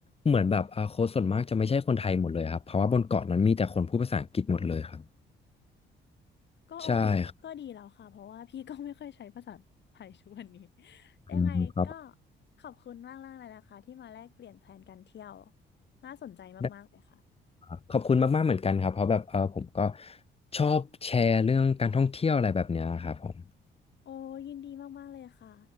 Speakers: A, on the left (about 30°); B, on the left (about 60°).
A: เหมือนแบบอาโค้ดส่วนมากจะไม่ใช่คนไทยหมดเลยครับเพราะว่าบนเกาะนั้นมีแต่คนพูดภาษาอังกฤษหมดเลยครับ
B: ก็โอเคก็ก็ดีแล้วค่ะเพราะว่าพี่ก็ไม่ค่อยใช้ภาษาไทยทุกวันนี้
A: ใช่ครับ
B: <laughs> ยังไงก็
A: อืมครับ
B: ขอบคุณมากๆเลยนะคะที่มาแลกเปลี่ยนแพลนการเที่ยวน่าสนใจมากๆเลยค่ะ
A: ได้ครับขอบคุณมากๆเหมือนกันครับเพราะแบบเออผมก็ชอบแชร์เรื่องการท่องเที่ยวอะไรแบบเนี้ยครับผม
B: โอ้ยินดีมากๆเลยค่ะ